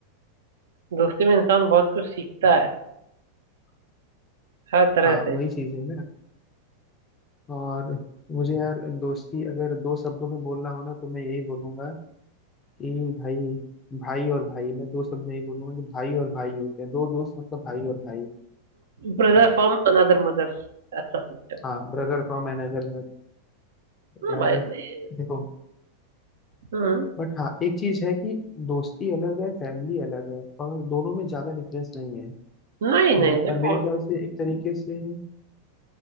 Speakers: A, on the right; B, on the left.
A: दोस्ती में इंसान बहुत कुछ सीखता है हर तरह
B: हाँ
A: से
B: वही चीज है ना और मुझे यार दोस्ती अगर दो शब्दों में बोलना हो ना तो मैं यही बोलूंगा कि भाई भाई और भाई मैं दो शब्द में यही बोलूंगा कि भाई और भाई होते हैं दो दोस्त मतलब भाई और भाई
A: Brother from another mother अच्छा सिस्टर
B: हाँ ब्रदर फ्रॉम अनदर
A: हाँ
B: यार
A: भाई नहीं
B: देखो
A: हम्म,
B: बट हाँ एक चीज है कि दोस्ती अलग है फैमिली अलग है और दोनों में ज्यादा डिफरेंस नहीं है
A: नहीं नहीं
B: हाँ,
A: देखो
B: पर मेरे ख्याल से एक तरीके से